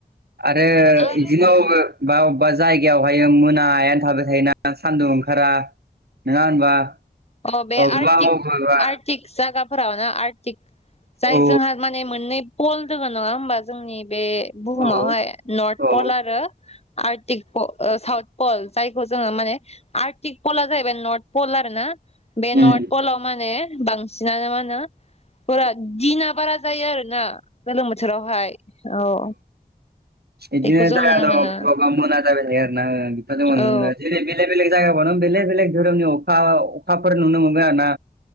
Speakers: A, on the right; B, on the left.
A: आरो
B: आरो
A: बिदिनो बा अबेबा जायगायावहाय मोनायानो थाबाय थायोना सान्दुं ओंखारा नोङा होनबा
B: अ बे
A: अबेबा
B: आरटि
A: अबेबा
B: आर्टिक जायागाफोरावनो आर जाय
A: औ
B: जोंहा माने मोननै बल दोङ नङा होमबा जोंनि बे बुहुमावहाय
A: औ
B: नर्थ
A: औ
B: पल आरो आर्टिकल साउथ पल जायखौ जोङो माने आर्टिक पल जाहैबाय नर्थ पल आर ना बे नर्थ
A: उम
B: पलव माने बांसिनानो मा होनो फुरा दिना बारा जायो आरोना। गोलोम बोथोरावहाय औ
A: बिदिनो
B: बेखौ जों
A: जाय
B: नुनो
A: द
B: मोनो
A: बबबा मोना जाबायलाय बेखौ ज
B: औ
A: जेरै बेले बे बेलेग जायगा ब बेलेग बेलेग धोरोमनि अखा अखाफोर नुनो मोनगो आरो ना